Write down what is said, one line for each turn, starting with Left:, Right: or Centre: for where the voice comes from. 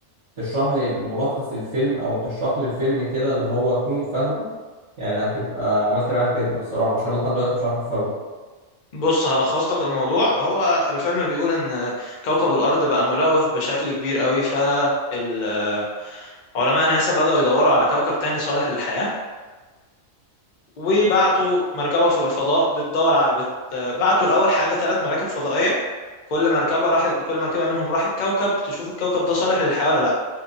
Right: تشرح لي ملخص الفيلم او تشرح لي الفيلم كده اللي هو اكون فاهمه يعني هتبقى عملت معايا خدمه الصراحه عشان لحد دلوقتي مش عارف افهمه
Left: بص هلخص لك الموضوع هو الفيلم بيقول ان كوكب الارض بقى ملوث بشكل كبير قوي فعلماء ناسا بدأوا يدوروا على كوكب تاني صالح للحياه وبعتوا مركبه فوق الفضاء بتدور على بت... بعتوا الاول حاجه ثلاث مراكب فضائيه كل مركبة راحت كل مركبة منهم راحت كوكب تشوف الكوكب ده صالح للحياة ولا لا